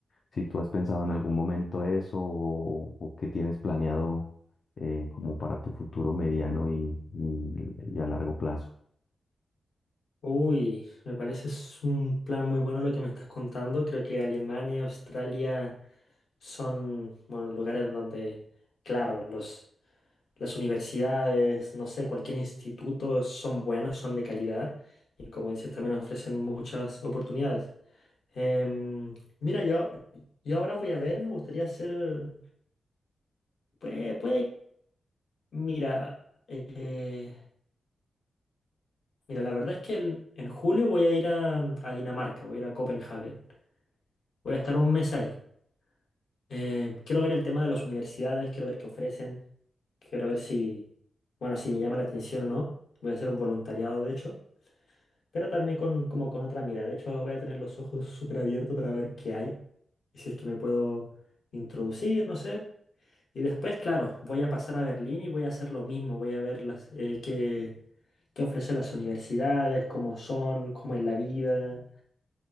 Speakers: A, on the left (about 45°); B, on the left (about 60°).
A: si tú has pensado en algún momento eso o, o qué tienes planeado eh, como para tu futuro mediano y, y- y a largo plazo.
B: Uy, me parece es un plan muy bueno lo que me estás contando. Creo que Alemania, Australia son, bueno, lugares donde, claro, los, las universidades, no sé, cualquier instituto son buenos, son de calidad y como dices, también ofrecen muchas oportunidades. Em, mira, yo, yo ahora voy a ver, me gustaría hacer, puede, puede, mira, eh, mira, la verdad es que el- en julio voy a ir a, a Dinamarca, voy a ir a Copenhague. Voy a estar un mes ahí. Eh, quiero ver el tema de las universidades, quiero ver qué ofrecen, quiero ver si, bueno, si me llama la atención o no. Voy a hacer un voluntariado, de hecho, pero también con, como con otra mira. De hecho, voy a tener los ojos <laughs> súper abiertos para ver qué hay y si es que me puedo introducir, no sé. Y después, claro, voy a pasar a Berlín y voy a hacer lo mismo. Voy a ver las, eh, qué, qué ofrecen las universidades, cómo son, cómo es la vida.